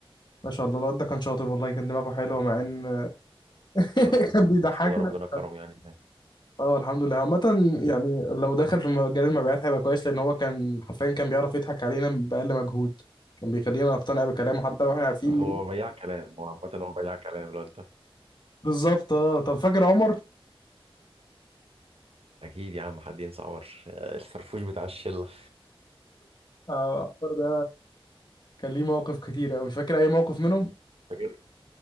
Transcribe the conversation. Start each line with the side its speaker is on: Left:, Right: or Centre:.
Left: ما شاء الله الواد ده كان شاطر والله كان دماغه حلوة مع ان <laughs>
Right: آه. ان
Left: كان بيضحكنا
Right: شاء الله ربنا كرمه يعني هناك
Left: اه الحمد لله عامة يعني لو دخل في مجال المبيعات هيبقى كويس لأن هو كان حرفيا كان بيعرف يضحك علينا بأقل مجهود كان بيخلينا نقتنع بكلامه حتى لو احنا عارفين
Right: هو
Left: مين
Right: بياع كلام هو عامة هو بياع كلام الواد ده
Left: بالظبط اه طب فاكر عمر؟
Right: اكيد يا عم حد ينسى عمر آه، الفرفوش بتاع الشلة
Left: اه عمر ده كان ليه مواقف كتير أوي مش فاكر أي موقف منهم؟
Right: فاكر-